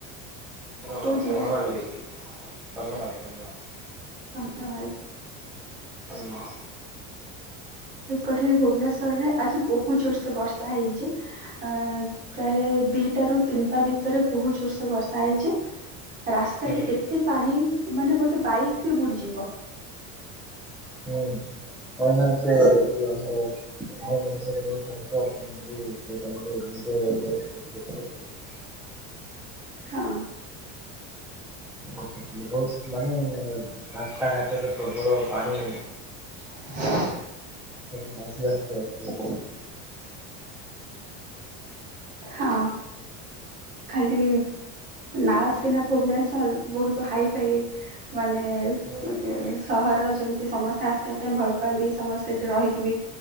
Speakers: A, in the centre; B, on the right (about 20°).
A: ଆମର
B: ଜିଲ୍ଲା?
A: କନ୍ଧମାଳ ଡିଷ୍ଟ୍ରିକ କନ୍ଧମାଳ କନ୍ଧମାଳ।
B: କନ୍ଧମାଳ।
A: ହୁଁ।
B: ଏପଟରେ ଭୁବନେଶ୍ୱର ରେ ଆଜି ବହୁତ ଜୋରସେ ବର୍ଷା ହେଇଚି। ଆଁ ପ୍ରାୟ ଦିଟା ରୁ ତିନିଟା ଭିତରେ ବହୁତ ଜୋରସେ ବର୍ଷା ହେଇଚି। ରାସ୍ତାରେ
A: ହୁଁ
B: ଏତେ ପାଣି ମାନେ ଗୋଟେ ବାଇକ ବି ବୁଡିଯିବ।
A: ହୁଁ। <unintelligible> <unintelligible> ଭିଡିଓ କରିକି <unintelligible>
B: ହଁ।
A: ବହୁତ ମାନେ ରାସ୍ତାଘାଟରେ ପ୍ରବଳ ପାଣି
B: <unintelligible>
A: <unintelligible> ଭାସି ଭାସି ଯାଉ <unintelligible>
B: ହଁ। ଖାଲି ନାଁ ସିନା ଭୁବନେଶ୍ଵର ବହୁତ ହାଇ ଫାଇ ମାନେ ଏ
A: ହୁଁ
B: ଗୋଟେ ସହର ଯେମିତି ସମସ୍ତେ ଆସିବା ପାଇଁ ଭଲ ପାଆନ୍ତି, ସମସ୍ତେ ଏଠି ରହିକି ବି